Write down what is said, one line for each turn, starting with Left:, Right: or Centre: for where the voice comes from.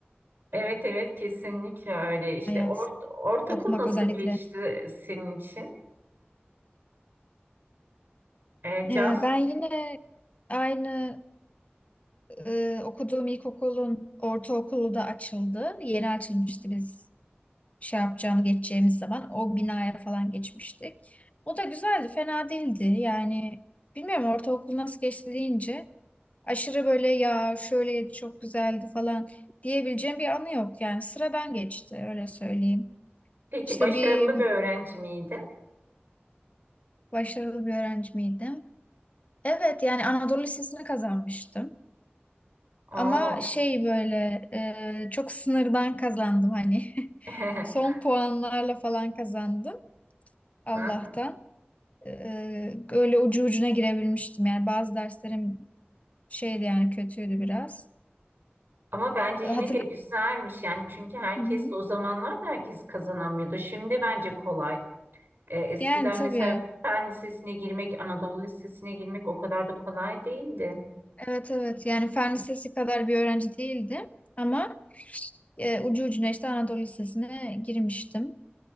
Right: Evet evet kesinlikle öyle işte
Left: hayat
Right: ort ortaokul
Left: okumak
Right: nasıl
Left: özellikle.
Right: geçti senin için? E, Cansu'nun
Left: Ee, Ben yine aynı e, okuduğum ilkokulun ortaokulu da açıldı. Yeni açılmıştı biz şey yapacağını geçeceğimiz zaman. O binaya falan geçmiştik. O da güzeldi, fena değildi. Yani bilmiyorum ortaokul nasıl geçti deyince aşırı böyle ya şöyle çok güzeldi falan diyebileceğim bir anı yok. Yani sıra ben geçti öyle söyleyeyim.
Right: Peki
Left: İşte
Right: başarılı
Left: bir
Right: bir öğrenci miydi?
Left: başarılı bir öğrenci miydim? Evet yani Anadolu Lisesi'ni kazanmıştım.
Right: Oo.
Left: Ama şey böyle e, çok sınırdan kazandım hani. <laughs>
Right: <laughs>
Left: Son puanlarla falan kazandım Allah'tan.
Right: Aha.
Left: E, öyle ucu ucuna girebilmiştim. Yani bazı derslerim şeydi yani kötüydü biraz.
Right: Ama bence
Left: E,
Right: yine
Left: hatırla-
Right: de güzelmiş yani çünkü herkes
Left: Hı hı.
Right: de o zamanlar da herkes kazanamıyordu. Şimdi bence kolay. Ee, eskiden
Left: Yani tabii.
Right: mesela Fen Lisesi'ne girmek, Anadolu Lisesi'ne girmek o kadar da kolay değildi.
Left: Evet evet. Yani fen lisesi kadar bir öğrenci değildim. Ama e, ucu ucuna işte Anadolu Lisesi'ne girmiştim.